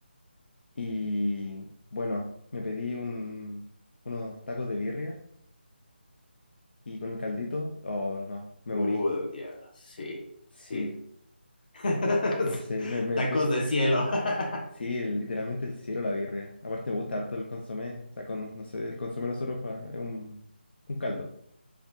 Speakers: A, on the left (about 70°); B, on the left (about 50°).
A: Y bueno, me pedí un, unos tacos de birria y con el caldito, oh no, me
B: Oh,
A: morí,
B: diablo. Sí,
A: sí,
B: sí. <laughs>
A: no sé, me, me,
B: Tacos de cielo. <laughs>
A: Sí, el- literalmente el cielo, la birria. Aparte me gusta harto el consomé. O sea, con, no sé, el consomé nosotros pa- es un, un caldo.